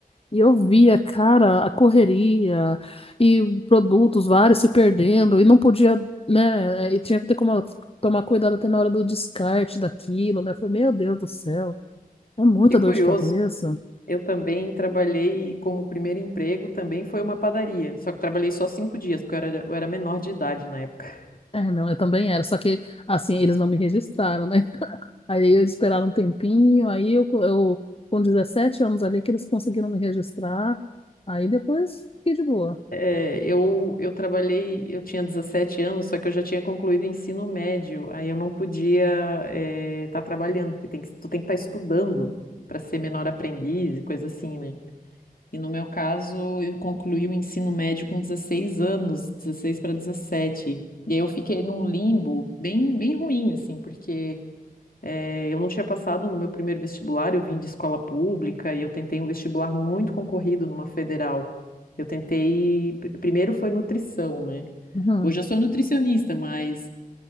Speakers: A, on the left (about 40°); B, on the left (about 70°).
A: E eu via, cara, a correria e produtos vários se perdendo e não podia, né? E tinha que ter como tomar cuidado até na hora do descarte daquilo, né? Eu Falei, meu Deus do céu, é muita
B: Que curioso.
A: dor de cabeça.
B: Eu também trabalhei como primeiro emprego, também foi uma padaria. Só que trabalhei só cinco dias, porque eu era, eu era menor de idade na época.
A: É, não, eu também era, só que assim, eles não me registraram, né? <laughs> Aí eu esperaram um tempinho, aí eu, eu com 17 anos ali que eles conseguiram me registrar, aí depois fiquei de boa.
B: É, eu, eu trabalhei, eu tinha 17 anos, só que eu já tinha concluído o ensino médio, aí eu não podia estar trabalhando, porque tem que, tu tem que estar estudando para ser menor aprendiz e coisa assim, né? E no meu caso, eu concluí o ensino médio com 16 anos, 16 para 17, E aí eu fiquei num limbo bem, bem ruim, assim, porque é, eu não tinha passado no meu primeiro vestibular, eu vim de escola pública e eu tentei um vestibular muito concorrido numa federal. Eu tentei, pr- primeiro foi nutrição, né?
A: Uhum.
B: Hoje eu sou nutricionista, mas